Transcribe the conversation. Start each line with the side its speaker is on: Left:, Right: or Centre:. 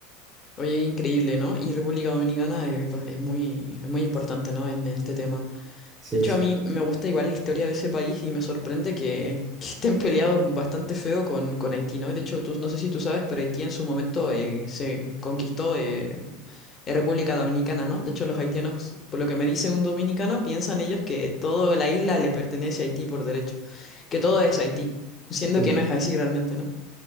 Left: Oye, increíble, ¿no? Y República Dominicana eh, pues, es muy, es muy importante, ¿no? En este tema.
Right: sí
Left: De hecho,
Right: Sí,
Left: a mí me gusta igual la historia de ese país y me sorprende que, <laughs> que estén peleados bastante feo con, con Haití, ¿no? De hecho, tú, no sé si tú sabes, pero Haití en su momento eh, se conquistó eh, eh, República Dominicana, ¿no? De hecho, los haitianos, por lo que me dice un dominicano, piensan ellos que toda la isla le pertenece a Haití por derecho, que todo es Haití, siendo
Right: sí.
Left: que no es así realmente, ¿no?